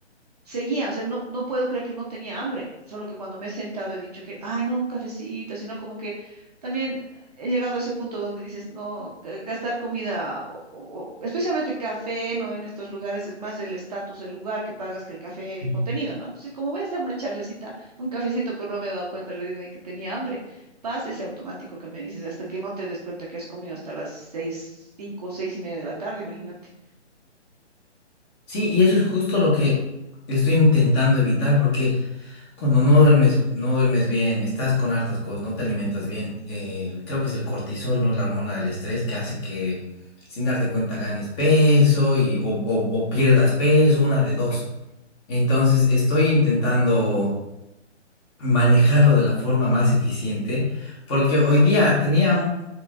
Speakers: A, on the right; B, on the left.
A: Seguía, o sea, no, no puedo creer que no tenía hambre, solo que cuando me he sentado he dicho que, ay, no, un cafecito, sino como que también he llegado a ese punto donde dices, no, g- gastar comida, o, o- o- especialmente café, no en estos lugares, es más el estatus, el lugar que pagas que el café, el
B: Mm.
A: contenido, ¿no? Entonces, como voy a hacer una charlecita, un cafecito, pero no me he dado cuenta en realidad de que tenía hambre. Pasa ese automático que me dices, hasta que no te des cuenta que has comido hasta las seis, cinco, seis y media de la tarde, imagínate.
B: Sí, y eso es justo lo que estoy intentando evitar, porque cuando no duermes, no duermes bien, estás con hartas cosas, no te alimentas bien, eh, creo que es el cortisol, ¿no? La hormona del estrés que hace que sin darte cuenta ganes peso y, o, o o pierdas peso, una de dos. Entonces estoy intentando. manejarlo de la forma más eficiente, porque hoy día tenía un